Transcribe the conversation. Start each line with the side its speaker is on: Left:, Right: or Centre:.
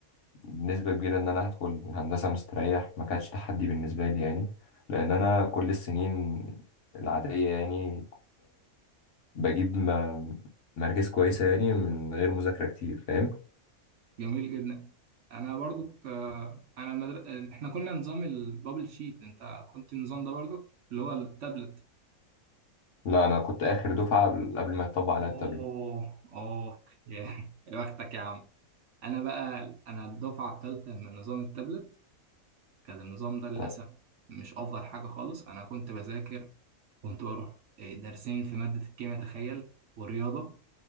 Left: بنسبة كبيرة إن أنا هدخل هندسة مستريح ما كانش تحدي بالنسبة لي يعني لأن أنا كل السنين العادية يعني بجيب م- مراكز كويسة يعني من غير مذاكرة كتير فاهم
Right: جميل جدا انا برضو ك... انا المدر... احنا كنا نظام البابل شيت انت كنت النظام ده برضو اللي هو التابلت
Left: لا أنا كنت آخر دفعة قبل قبل ما يطبق عليا
Right: اوه
Left: التابلت
Right: اوه يا <laughs> يا بختك يا عم انا بقى انا الدفعه الثالثه من نظام التابلت كان النظام ده للاسف
Left: اه
Right: مش افضل حاجه خالص انا كنت بذاكر كنت بروح إيه، درسين في ماده الكيمياء تخيل والرياضه